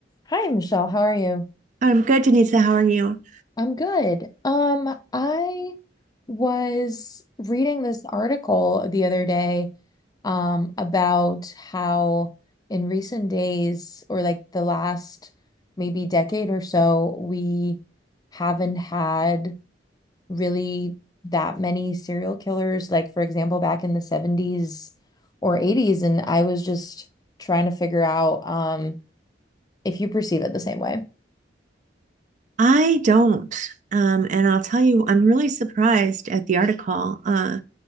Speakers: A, on the left; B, on the right.
A: Hi, Michelle. How are you?
B: I'm good, Denisa. How are you?
A: I'm good. Um, I was reading this article the other day, um, about how in recent days, or like the last maybe decade or so, we haven't had really that many serial killers. Like, for example, back in the 70s or 80s, and I was just trying to figure out, um, if you perceive it the same way.
B: I don't. Um, and I'll tell you, I'm really surprised at the article uh,